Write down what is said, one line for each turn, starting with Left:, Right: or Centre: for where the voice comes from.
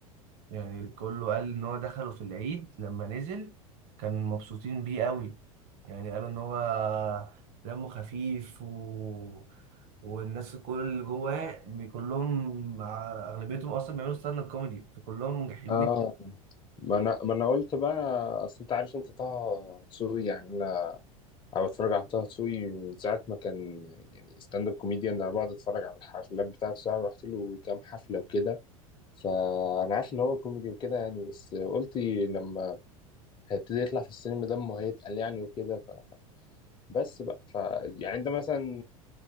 Right: يعني كله قال ان هو دخله في العيد لما نزل كان مبسوطين بيه قوي يعني قالوا ان هو دمه خفيف و... والناس كل اللي جواه بي- كلهم مع- اغلبيتهم اصلا بيعملوا ستاند اب كوميدي فكلهم حلوين
Left: اه ما انا ما انا قلت بقى اصل انت عارف انت طه دسوقي يعني أنا بتفرج على طه دسوقي من ساعة ما كان يعني ستاند اب كوميديان أنا بقعد أتفرج على الحفلات بتاعته ساعة رحت له كام حفلة وكده فأنا عارف إن هو كوميدي وكده يعني بس قلت لما هيبتدي يطلع في السينما دمه هيتقل يعني وكده ف... بس بقى ف... يعني أنت مثلا